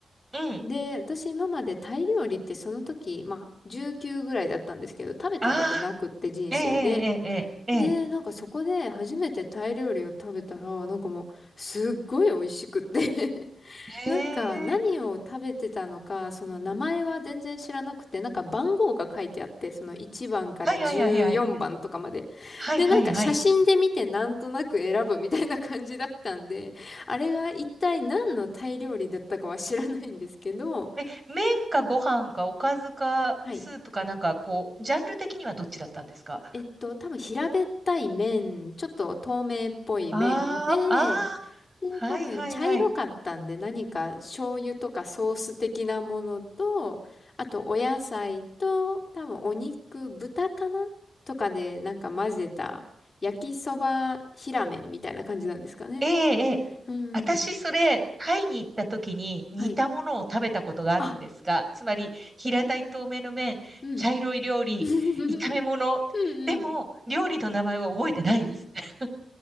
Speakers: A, on the right; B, on the left.
A: ええうん。
B: で、私今までタイ料理ってその時、まあ19ぐらいだったんですけど、食べたことなくって人生で。
A: あええ、ええ、ええ、
B: で、なんかそこで初めてタイ料理を食べたら、なんかもうすっごい美味しくって <laughs> なんか何を食べてたのか、
A: ええ、ええ、
B: その名前は全然知らなくて、
A: うん
B: なんか番号が書いてあって、その1番から14番とかまで。
A: はいはいはいはい。はいはいはい。
B: で、なんか写真で見てなんとなく選ぶみたいな感じだったんで、あれが一体何のタイ料理だったかは知らないんですけど、
A: え、麺かご飯かおかずかスープかなんかこう、
B: はい。
A: ジャンル的にはどっちだったんですか
B: えっと、多分平べったい麺ちょっと透明っぽい麺で、
A: ああ、ああ、
B: で、
A: はいはいはい。
B: 多分茶色かったんで何か醤油とかソース的なものと、あとお野菜と、多分お肉、豚かなとかでなんか混ぜた焼きそば平麺みたいな感じなんですかね。
A: ええ、ええ。
B: うん。
A: 私、それ、タイに行った時に似たものを食べたことがあるんですが、
B: はい。あ、
A: つまり、平たい透明の麺、
B: うん。
A: 茶色い料理、
B: <laughs>
A: 炒め物。
B: うんうん。
A: でも、料理の名前は覚えてないです。<laughs>